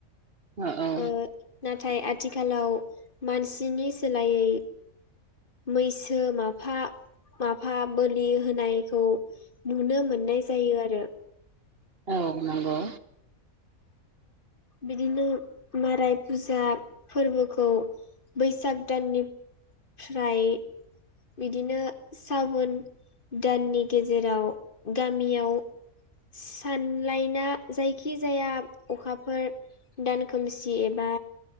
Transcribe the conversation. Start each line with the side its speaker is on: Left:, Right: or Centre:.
Right: अ औ
Left: ओ नाथाय आथिखालाव मानसिनि सोलायै मैसो माफा माफा बोलि होनायखौ नुनो मोननाय जायो आरो
Right: औ नंगौ
Left: बिदिनो माराय फुजा फोरबोखौ बैसाग दाननिफ्राय बिदिनो सावोन दाननि गेजेराव गामियाव सानलाइना जायखि जाया अखाफोर दानखोमसि एबा